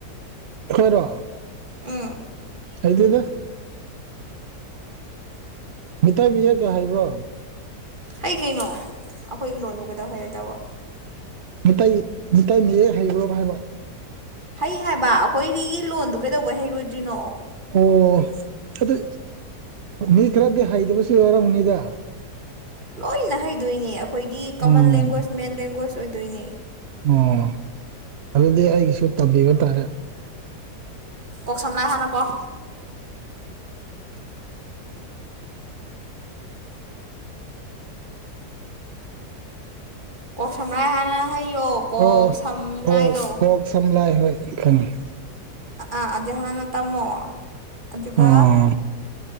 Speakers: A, on the right; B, on the right.
A: ꯑꯈꯣꯔꯣ
B: ꯎꯝ
A: ꯍꯩꯗꯦꯗ ꯃꯤꯇꯩ ꯃꯌꯦꯛꯀꯤ ꯍꯥꯏꯕ꯭ꯔꯣ
B: ꯍꯩ ꯀꯩꯅꯣ ꯑꯩꯈꯣꯏ ꯂꯣꯟꯕꯨ ꯀꯩꯗꯧ ꯍꯩꯔꯣꯏꯗꯧꯕ
A: ꯃꯤꯇꯩ ꯃꯤꯇꯩ ꯃꯌꯦꯛ ꯍꯩꯕ꯭ꯔ ꯍꯥꯏꯕ
B: ꯍꯩ ꯍꯥꯏꯕ ꯑꯩꯈꯣꯏꯗꯒꯤ ꯂꯣꯟꯗꯨ ꯀꯩꯗꯧꯕꯩ ꯍꯩꯔꯣꯏꯗ꯭ꯔꯤꯅꯣ
A: ꯑꯣ ꯑꯗꯨ ꯃꯤ ꯈꯔꯗꯤ ꯍꯩꯗꯕꯁꯨ ꯌꯥꯎꯔꯝꯃꯅꯤꯗ
B: ꯂꯣꯏꯅ ꯍꯩꯗꯣꯏꯅꯦ ꯑꯩꯈꯣꯏꯒꯤ
A: um
B: common language main language ꯑꯣꯏꯗꯣꯏꯅꯦ
A: ꯑꯣ ꯑꯗꯨꯗꯤ ꯑꯩꯒꯤꯁꯨ ꯇꯝꯕꯤꯕ ꯇꯥꯔꯦ
B: ꯀꯣꯛ ꯁꯝ ꯂꯥꯏ ꯍꯥꯟꯅ ꯄꯥꯎ ꯀꯣꯛ ꯁꯝꯂꯥꯏ ꯍꯥꯟꯅ ꯍꯩꯌꯣ ꯀꯣꯛ
A: ꯑꯣ
B: ꯁꯝ
A: ꯑꯣ
B: ꯂꯥꯏ ꯗꯣ
A: ꯑꯣꯛ ꯁꯝꯂꯥꯏ ꯍꯣꯏ ꯈꯪꯉꯦ
B: ꯑꯥꯖꯅ ꯇꯃꯣ ꯑꯗꯨꯖꯀ
A: ꯑꯣ